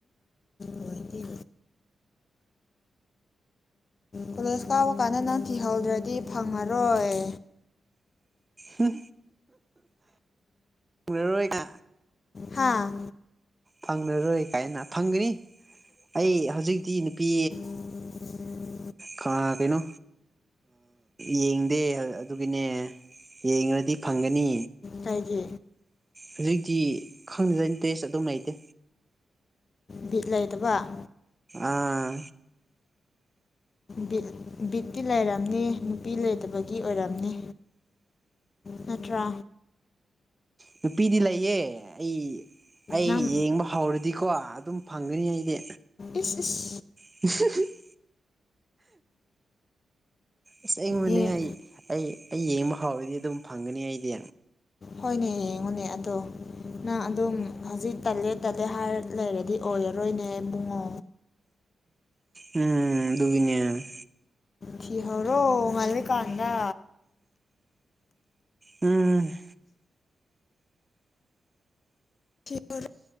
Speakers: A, on the left; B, on the right.
A: ꯂꯣꯏꯗꯤ ꯀꯣꯂꯦꯖ ꯀꯥꯎꯕ ꯀꯥꯟꯗ ꯅꯪ ꯊꯤꯍꯧꯗ꯭ꯔꯗꯤ ꯐꯪꯉꯔꯣꯏ
B: ꯍ ꯎꯅꯔꯣꯏꯒ
A: ꯍꯥꯥ
B: ꯐꯪꯂꯉꯔꯣꯏ ꯀꯥꯏꯅ ꯐꯪꯒꯅꯤ ꯑꯩ ꯍꯧꯖꯤꯛꯇꯤ ꯅꯨꯄꯤ
A: <inaudible>
B: ꯀꯩꯅꯣ ꯌꯦꯡꯗꯦ ꯑꯗꯨꯒꯤꯅꯦ ꯌꯦꯡꯉꯗꯤ ꯐꯪꯒꯅꯤ
A: ꯍꯥꯏꯗꯤ
B: ꯍꯧꯖꯤꯛꯇꯤ ꯈꯪꯗꯦ ꯏꯟꯇꯔꯔꯦꯁ ꯑꯗꯨꯝ ꯂꯩꯇꯦ
A: ꯕꯤꯠ ꯂꯩꯗꯕ
B: ꯑꯥ
A: ꯕꯤꯠ ꯕꯤꯠꯇꯤ ꯂꯩꯔꯝꯅꯤ ꯅꯨꯄꯤ ꯂꯩꯇꯕꯒꯤ ꯑꯣꯏꯔꯝꯅꯤ ꯅꯠꯇ꯭ꯔꯥ
B: ꯅꯨꯄꯤꯗꯤ ꯂꯩꯌꯦ ꯑꯩ ꯑꯩ
A: ꯅꯪ
B: ꯌꯦꯡꯕ <unintelligible> ꯗꯤꯀꯣ ꯑꯗꯨꯝ ꯐꯪꯒꯅꯤ ꯑꯩꯗꯤ
A: ꯏꯁ ꯏꯁ
B: <unintelligible> ꯑꯁ <unintelligible> ꯑꯩ
A: ꯌꯦꯡ
B: ꯑꯩ ꯑꯩ ꯌꯦꯡꯕ ꯍꯥꯎꯔꯗꯤ ꯑꯗꯨꯝ ꯐꯪꯒꯅꯤ ꯑꯩꯗꯤ
A: ꯍꯣꯏꯅꯦ ꯍꯌꯦꯡꯉꯣꯅꯦ ꯑꯗꯣ ꯅꯪ ꯑꯗꯨꯝ ꯍꯧꯖꯤꯛ ꯇꯜꯂꯦ <unintelligible> ꯍꯥꯏꯔ ꯂꯩꯔꯗꯤ ꯑꯣꯏꯔꯥꯔꯣꯏꯅꯦ ꯏꯕꯨꯡꯉꯣ
B: ꯎꯝ ꯗꯨꯒꯤꯅꯦ
A: ꯊꯤꯍꯩꯔꯣ ꯍꯩꯖꯤꯛꯀꯥꯟꯗꯥ
B: ꯎꯝ
A: <unintelligible>